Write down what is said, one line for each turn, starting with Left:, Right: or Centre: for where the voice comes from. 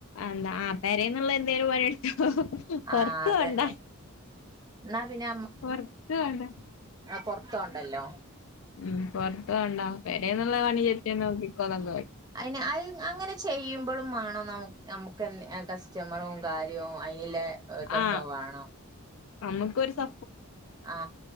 Left: അഎന്താ പേരേന്നുള്ള എന്തേലുംപണി ട്ത്തോ പോ
Right: ആ
Left: പൊറത്ത്
Right: അതന്നെ
Left: പോണ്ട
Right: എന്നാ പിന്നെ
Left: പൊറത്ത്‌ പോ <inaudible>
Right: പൊർത്തോണ്ടല്ലോ
Left: ഉം പൊർത്ത് പോണ്ട പരേന്നുള്ളപണി ചെയ് <unintelligible> <unintelligible>
Right: അയ്ന് അൽ അങ്ങനെ ചെയു ബ്ളും മാണ്ണം നമുക്ക് എന്തേ കസ് <unintelligible> കാര്യവും അയിന്ലേ ആഹ് ഇതൊക്കെ
Left: ആ
Right: വേണ്ണം
Left: നമുക്കൊരു സ
Right: ആ